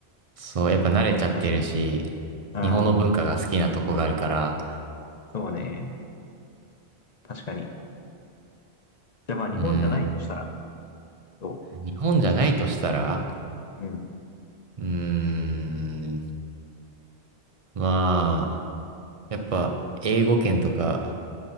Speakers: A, on the right; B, on the left.
A: そう、やっぱ慣れちゃってるし、
B: まあ、確かに。うん、
A: 日本の文化が好きなとこがあるから、
B: そうね。確かに。じゃあまあ、日本じゃないとしたら、
A: うん、
B: ど
A: 日本じゃないとしたら、
B: ううん。
A: うーん、まあ、やっぱ英語圏とか